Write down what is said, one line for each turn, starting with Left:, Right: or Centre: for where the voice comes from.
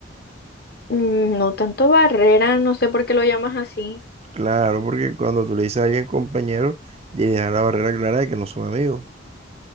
Left: Mm, No tanto barrera, no sé por qué lo llamas así.
Right: Claro, porque cuando tú le dices a alguien compañero, ya dejas la barrera clara de que no son amigos.